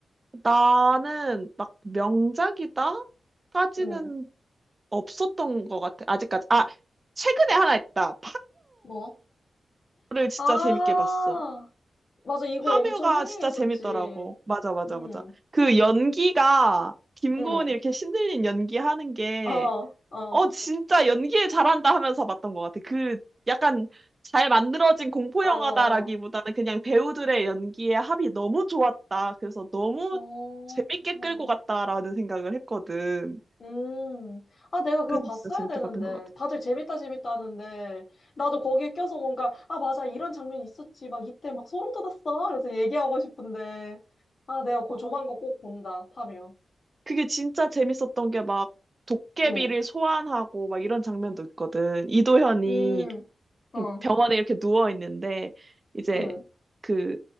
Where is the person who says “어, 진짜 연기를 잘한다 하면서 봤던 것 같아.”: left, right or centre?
Right